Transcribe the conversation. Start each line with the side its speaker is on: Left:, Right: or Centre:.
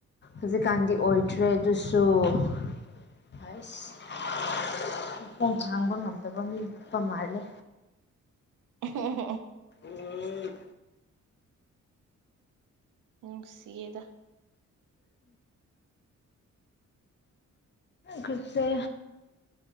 Left: ꯍꯧꯖꯤꯛꯀꯥꯟꯗꯤ ꯑꯣꯏꯗ꯭ꯔꯦ ꯑꯗꯨꯁꯨ ꯑꯁ <unintelligible> ꯈꯣꯡ ꯊꯥꯡꯕ ꯉꯝꯗꯕ ꯃꯤ ꯆꯠꯄ ꯃꯥꯜꯂꯦ
Right: ꯑꯣ ꯍꯣ
Left: ꯎꯝ
Right: ꯎ ꯁꯗ
Left: ꯀꯁꯦ